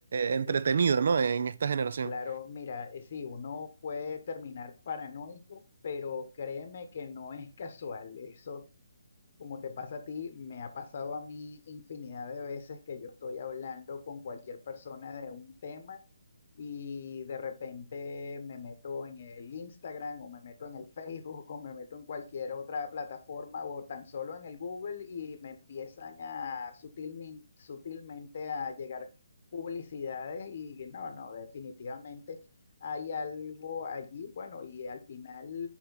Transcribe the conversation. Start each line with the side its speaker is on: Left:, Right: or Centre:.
Right: eh, entretenido,
Left: sí, sí,
Right: ¿no? En esta generación.
Left: claro, mira, eh, sí, uno puede terminar paranoico, pero créeme que no es casual, eso Como te pasa a ti, me ha pasado a mí infinidad de veces que yo estoy hablando con cualquier persona de un tema y de repente me meto en el Instagram o me meto en el Facebook o me meto en cualquier otra plataforma o tan solo en el Google y me empiezan a sutilmin- sutilmente a llegar publicidades y no, no, definitivamente hay algo allí, bueno, y al final